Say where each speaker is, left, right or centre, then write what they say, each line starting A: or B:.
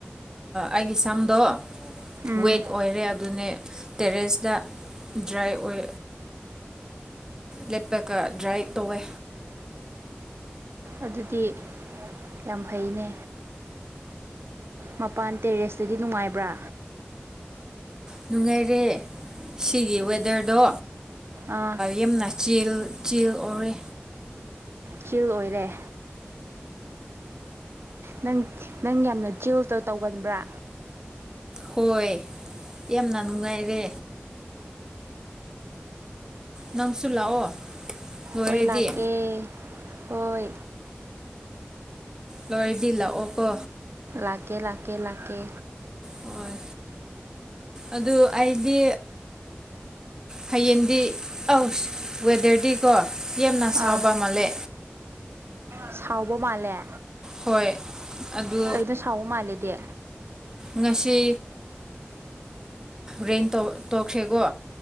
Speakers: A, on the right; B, on the right.
A: ꯑꯩꯒꯤ ꯁꯝꯗꯣ
B: ꯎꯝ
A: ꯋꯦꯠ ꯑꯣꯏꯔꯦ ꯑꯗꯨꯅꯦ ꯇꯦꯔꯦꯁꯇ ꯗ꯭ꯔꯥꯏ ꯑꯣꯏ ꯂꯦꯞꯄꯦꯛꯀ ꯗ꯭ꯔꯥꯏ ꯇꯧꯋꯦ
B: ꯑꯗꯨꯗꯤ ꯌꯥꯝ ꯐꯩꯅꯦ ꯃꯄꯥꯟ ꯇꯦꯔꯦꯁꯇꯗꯤ ꯅꯨꯡꯉꯥꯏꯕ꯭ꯔꯥ
A: ꯅꯨꯡꯉꯥꯏꯔꯦ ꯁꯤꯒꯤ ꯋꯦꯗꯔꯗꯣ
B: ꯑꯥ
A: ꯌꯨꯝꯅꯆꯦꯜ ꯆꯦꯜ ꯑꯣꯏꯔꯦ
B: ꯆꯤꯜ ꯑꯣꯏꯔꯦ ꯅꯪ ꯅꯪ ꯌꯥꯝꯅ ꯆꯦꯜꯇ ꯇꯧꯒꯟꯕ꯭ꯔꯥ
A: ꯍꯣꯏ ꯌꯥꯝꯅ ꯅꯨꯡꯉꯥꯏꯔꯦ ꯅꯪꯁꯨ ꯂꯥꯛꯑꯣ ꯂꯣꯏꯔꯗꯤ
B: ꯍꯣꯏ ꯂꯥꯛꯀꯦ ꯍꯣꯏ
A: ꯂꯣꯏꯗꯤꯜ ꯂꯛꯑꯣ ꯀꯣ
B: ꯂꯥꯛꯒꯦ ꯂꯥꯛꯀꯦ ꯂꯀꯦ
A: ꯍꯣꯏ ꯑꯗꯨ ꯑꯩꯗꯤ ꯍꯌꯦꯡꯗꯤ ꯑꯧ ꯋꯦꯗꯔꯗꯤꯀꯣ ꯌꯥꯝꯅ
B: ꯑꯥ
A: ꯁꯥꯎꯕ ꯃꯥꯜꯂꯦ
B: ꯁꯥꯎꯕ ꯃꯥꯜꯂꯦ
A: ꯍꯣꯏ ꯑꯗꯨ
B: ꯀꯩꯅꯣ ꯁꯥꯎꯕ ꯃꯥꯜꯂꯦꯗꯤ
A: ꯉꯁꯤ ꯔꯦꯟ ꯇꯧꯈ꯭ꯔꯦꯀꯣ